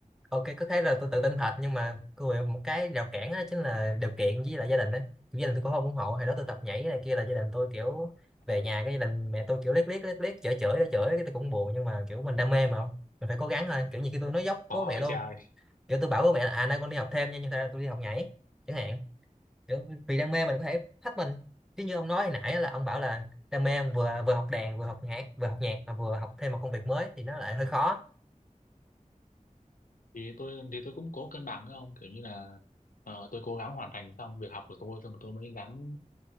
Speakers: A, in the centre; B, on the left.
A: ok có thấy là tôi tự tin thật nhưng mà cô bị một cái rào cản đó chính là điều kiện với lại gia đình đấy gia đình tôi cũng không ủng hộ hồi đó tôi tập nhảy này kia là gia đình tôi kiểu về
B: ừ.
A: nhà cái gia đình mẹ tôi kiểu liếc liếc liếc liếc chửi chửi chửi cái tôi cũng buồn nhưng mà kiểu mình đam mê mà không mình phải cố gắng thôi kiểu như khi tôi nói dốc với
B: khó
A: bố mẹ
B: vậy
A: luôn
B: trời
A: kiểu tôi bảo bố mẹ là à nay con đi học thêm nha nhưng thật ra tôi đi học nhảy chẳng hạn kiểu vì đam mê mình có thể thách mình chứ như ông nói hồi nãy là ông bảo là đam mê ông vừa vừa học đàn vừa học nhạc vừa học nhạc mà vừa học thêm một công việc mới thì nó lại hơi khó
B: thì tôi thì tôi cũng cố cân bằng với ông kiểu như là ờ, tôi cố gắng hoàn thành xong việc học của tôi xong rồi tôi mới gắng